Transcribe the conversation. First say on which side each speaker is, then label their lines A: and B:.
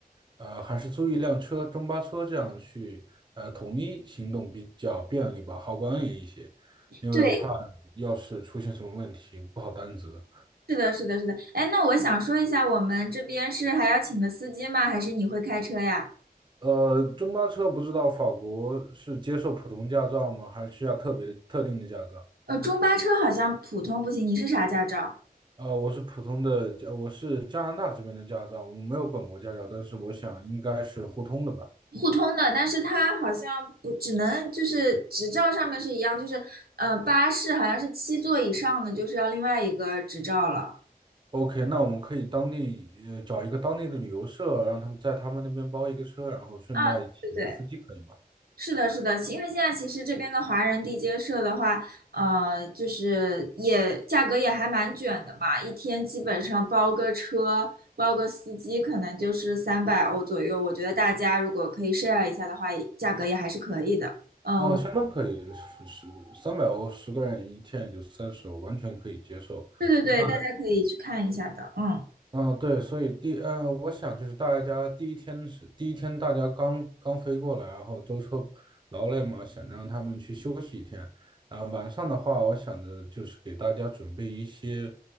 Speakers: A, on the right; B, on the right.
A: 呃，还是租一辆车，中巴车这样去，呃，统一行动比较便利吧，好管理一些，因为我怕要是出现什么问题不好担责。
B: 对。是的，是的，是的。哎，那我想说一下，我们这边是还要请个司机吗？还是你会开车呀？
A: 呃，中巴车不知道法国是接受普通驾照吗？还是需要特别的特定的驾照？
B: 呃，中巴车好像普通不行，你是啥驾照？
A: 呃，我是普通的，呃我是加拿大这边的驾照，我没有本国驾照，但是我想应该是互通的吧。
B: 互通的，但是它好像不只能就是执照上面是一样，就是呃巴士好像是七座以上的就是要另外一个执照了。
A: OK，那我们可以当地呃找一个当地的旅游社，让他们在他们那边包一个车，然后顺带请一个司机，
B: 啊，对对。
A: 可以吗？
B: 是的，是的，其因为现在其实这边的华人地接社的话，呃，就是也价格也还蛮卷的嘛，一天基本上包个车，包个司机，可能就是三百欧左右。我觉得大家如果可以 share 一下的话，也价格也还是可以的。嗯、
A: 呃，
B: 我们
A: 相当可以，是三百欧，十个人一天也就三十欧，完全可以接受。
B: 对对对，
A: 那
B: 大家可以去看一下的。嗯
A: 嗯，对，所以第呃，我想就是大家第一天是第一天，大家刚刚飞过来，然后舟车劳累嘛，想让他们去休息一天。然后晚上的话，我想着就是给大家准备一些，